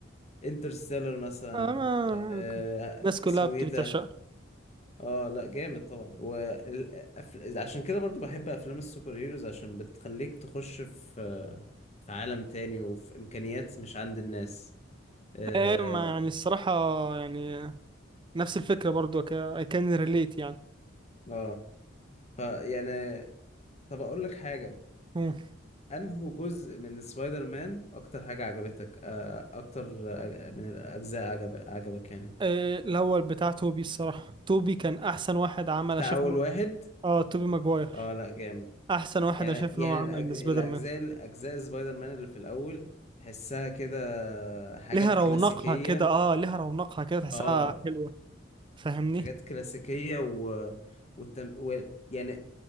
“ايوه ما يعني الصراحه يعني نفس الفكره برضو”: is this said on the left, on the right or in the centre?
Right